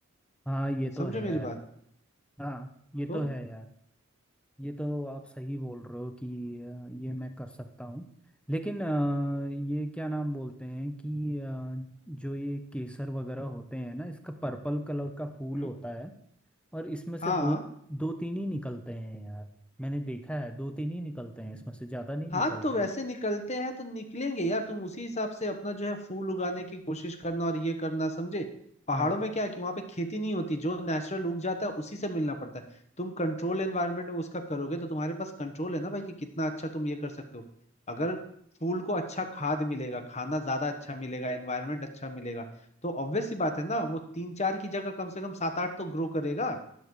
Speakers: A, in the centre; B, on the left.
A: हाँ ये तो
B: समझो
A: है
B: मेरी
A: यार
B: बात
A: हाँ ये तो
B: तो
A: है यार ये तो आप सही बोल रहे हो कि अ, ये मैं कर सकता हूँ लेकिन अ, ये क्या नाम बोलते हैं कि अ, जो ये केसर वगैरह होते हैं ना इसका पर्पल कलर का फूल
B: हम्म
A: होता है और इसमें से
B: हाँ
A: दो दो तीन ही निकलते हैं यार मैंने देखा है दो तीन ही निकलते हैं इसमें से ज़्यादा नहीं
B: हाँ
A: निकलते
B: तो वैसे निकलते हैं तो निकलेंगे यार तुम उसी हिसाब से अपना जो है फूल उगाने की कोशिश करना और ये करना समझे पहाड़ों
A: हाँ
B: में क्या है कि वहां पे खेती नहीं होती जो नेचुरल उग जाता है उसी से मिलना पड़ता है तुम कंट्रोल एनवायरनमेंट में उसका करोगे तो तुम्हारे पास कंट्रोल है ना भाई कि कितना अच्छा तुम ये कर सकते हो अगर फूल को अच्छा खाद मिलेगा खाना ज्यादा अच्छा मिलेगा एनवायरनमेंट अच्छा मिलेगा तो ऑब्वियस सी बात है ना वो तीन चार की जगह कम से कम सात आठ तो ग्रो करेगा